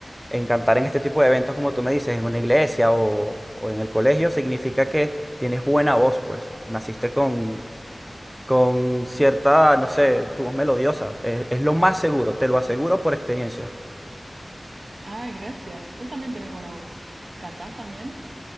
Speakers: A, in the centre; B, on the right (about 75°).
A: en cantar en este tipo de eventos, como tú me dices, en una iglesia o, o en el colegio, significa que tienes buena voz, pues. Naciste con, con cierta, no
B: Ay,
A: sé, tu voz melodiosa. Es, es lo más seguro, te lo aseguro por experiencia.
B: ay, gracias. Vos también tenés buena voz. ¿Cantás también?